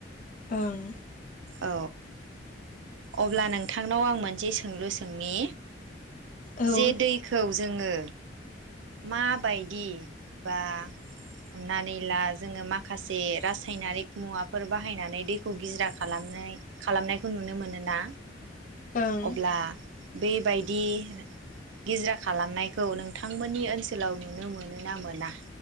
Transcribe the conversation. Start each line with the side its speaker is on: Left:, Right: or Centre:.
Left: ओं
Right: औ अब्ला नोंथांनाव आं मोनसे सोंलु सोंनि
Left: औ ओं
Right: जे दैखौ जोङो माबायदि बा हमनानै ला जोङो माखासे रासायनारिक मुवाफोर बाहायनानै दैखौ गिजिरा खालामनाय खालामनायखौ नुनो मोनो ना?
Left: औ
Right: अब्ला बेबायदि गिजिरा खालामनायखौ नोंथांमोननि ओनसोलाव नुनो मोनो ना मोना